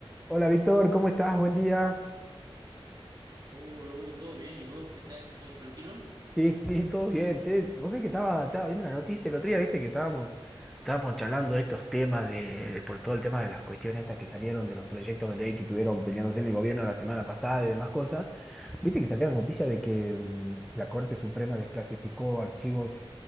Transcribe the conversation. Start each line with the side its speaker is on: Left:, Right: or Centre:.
Centre: Hola Víctor, ¿cómo estás? Buen día.
Right: Hola Hugo, ¿todo bien? ¿Y vos qué tal? ¿Todo tranquilo?
Centre: Sí, <laughs> sí, todo bien. Che, vos sabés que estaba, estaba viendo la noticia el otro día, viste que estábamos, estábamos charlando de estos temas de, por todo el tema de las cuestiones estas que salieron de los proyectos de ley que tuvieron peleándose en el gobierno la semana pasada y demás cosas. Viste que salió la noticia de que mm, la Corte Suprema desclasificó archivos